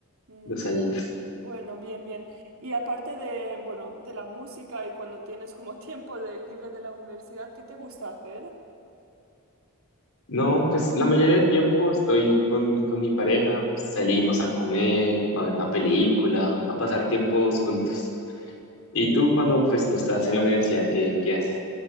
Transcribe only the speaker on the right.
Mm,
Bueno, bien, bien. Y aparte de, bueno, de la música y cuando tienes como tiempo de- libre de la universidad, ¿qué te gusta hacer?